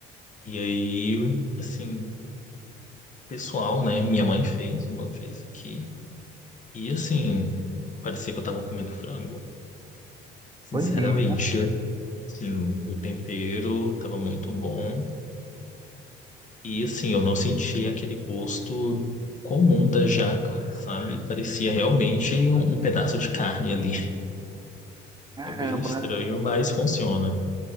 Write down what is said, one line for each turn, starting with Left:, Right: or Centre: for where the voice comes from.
Left: e aí, assim, pessoal, né? Minha mãe fez, uma fez aqui. E assim, parecia que eu tava comendo frango. Sinceramente,
Right: Foi mesmo.
Left: assim, o tempero tava muito bom. E assim, eu não senti aquele gosto comum da jaca, sabe? Parecia realmente um, um pedaço de carne ali.
Right: Caramba,
Left: É bem estranho, mas funciona.